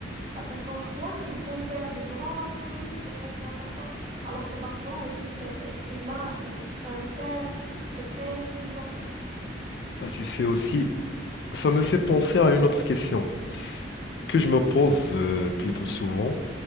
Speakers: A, on the right; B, on the left.
A: Ah, Parce qu'on croit qu'il faut faire de grandes choses pour être important, alors que parfois, juste euh, être humain, être sincère, c'est très suffisant.
B: Bah, tu sais aussi, ça me fait penser à une autre question que je me pose euh, plutôt souvent.